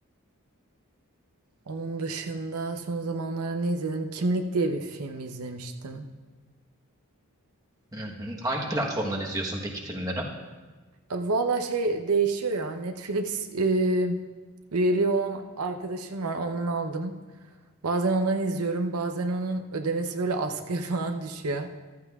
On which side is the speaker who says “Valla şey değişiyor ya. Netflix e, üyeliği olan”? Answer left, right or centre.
Right